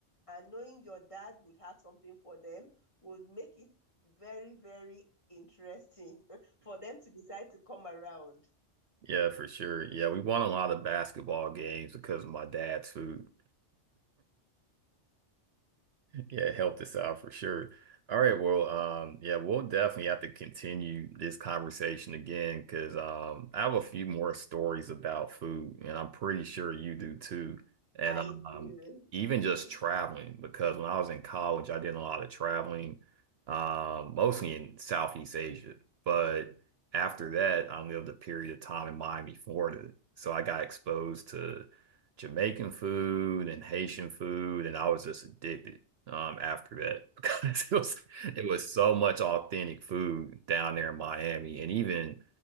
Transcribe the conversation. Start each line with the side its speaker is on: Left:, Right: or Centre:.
Left: and knowing your dad would have something for them would make it very, very interesting <laughs> for them to decide to come around.
Right: Yeah, for sure. Yeah, we won a lot of basketball games because of my dad's food. Yeah, it helped us out for sure. All right, well, um, yeah, we'll definitely have to continue this conversation again because um, I have a few more stories about food, and I'm pretty sure you do too. And
Left: I
Right: um,
Left: do.
Right: even just
Left: <laughs>
Right: traveling, because when I was in college, I did a lot of traveling, um, mostly in Southeast Asia. But after that, I lived a period of time in Miami, Florida, so I got exposed to. Jamaican food and Haitian food, and I was just addicted um, after that <laughs> because it was it was so much authentic food down there in Miami and even